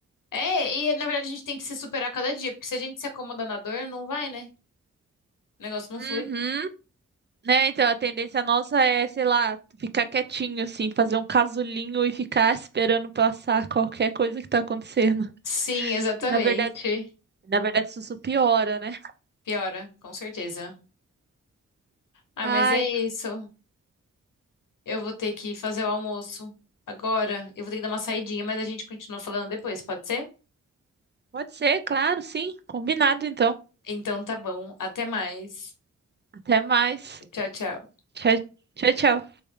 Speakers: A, on the left; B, on the right.
A: É, e na verdade a gente tem que se superar cada dia, porque se a gente se acomoda na dor, não vai, né? O negócio não
B: Uhum.
A: flui.
B: Né, então a tendência nossa é, sei lá, ficar quietinho assim, fazer um casulinho e ficar esperando passar qualquer coisa que tá acontecendo.
A: Sim, exatamente.
B: E na verdade, na verdade isso só piora, né?
A: Piora, com certeza. Ah,
B: Ai,
A: mas é isso. Eu vou ter que fazer o almoço agora. Eu vou ter que dar uma saidinha, mas a gente continua falando depois, pode ser?
B: pode ser, claro, sim. Combinado então.
A: Então tá bom. Até mais.
B: Até mais.
A: Tchau, tchau.
B: Tchau, tchau, tchau.